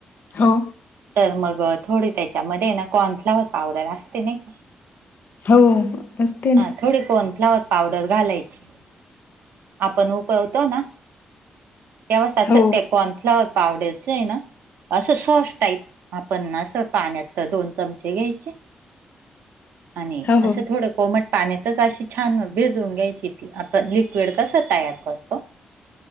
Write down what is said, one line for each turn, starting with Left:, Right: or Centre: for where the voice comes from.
Left: हो
Right: तर मग थोडी त्याच्यामध्ये ना कॉर्नफ्लाॉवर पावडर असते नाही का.
Left: हो असते
Right: हां,
Left: ना
Right: थोडी कॉर्नफ्लॉवर पावडर घालायची आपण उकळवतो ना तेव्हाच अस
Left: हो,
Right: त्या कॉर्नफ्लावर पावडरच आहे ना? असं सॉस टाईप आपण असं पाण्यात तर दोन चमचे घ्यायचे आणि
Left: हो,
Right: असं
Left: हो,
Right: थोडं कोमट पाण्यातच अशी छान भिजून घ्यायची ती आपण लिक्विड कसं तयार करतो